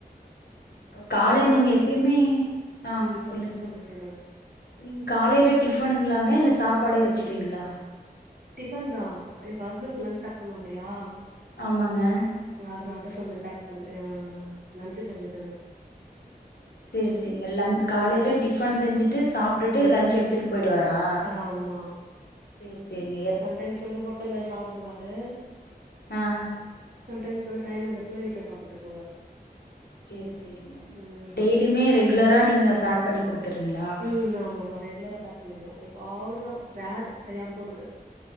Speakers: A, on the left; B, on the right.
A: அப்றோ கால
B: காளான்
A: நீங்க எப்பயுமே அ
B: ம் சொல்லுங்க
A: சொல்லு
B: சொல்லுங்க சொல்லுங்க
A: நீங்க காலைல டிஃபனுங்களாங்க இல்ல சாப்பாடே வச்சுருவீங்ளா
B: டிஃபன் தா இப்போ அஸ்பண்ட்க்கு லன்ச் பேக் பண்ணனு இல்லையா
A: ஆமாங்க
B: அதல அத சொல்லு பேக் பண்ணயா ஆ லன்ச்சு செஞ்சுட்ருந்தே
A: செரி செரிங்க லஞ் காலைல
B: ம்
A: டிஃபன் செஞ்சுட்டு சாப்ட்டுட்டு
B: லன்
A: லஞ்ச் எடுத்துட்டு போயிடுவாரா
B: ஆமா
A: சேர் செரிங்க
B: சம்டைம்ஸ் வந்து ஹோட்டல்ல சாப்புடுவாரு
A: ஆ
B: சம்டைம்ஸ் வந்து டைம் இருந்துச்சன்னா வீட்ல சாப்புட்டு போவாரு
A: சேரி சேரிங்க
B: ம்
A: டெய்லியுமே ரெகுலரா நீங்க பேக் பண்ணி குடுத்துறீங்களா
B: ம் ஆமா ஆமா ரெகுலரா பேக் பண்ணிடுவோ எப்பாவது தா ரேர் செய்யாம போறது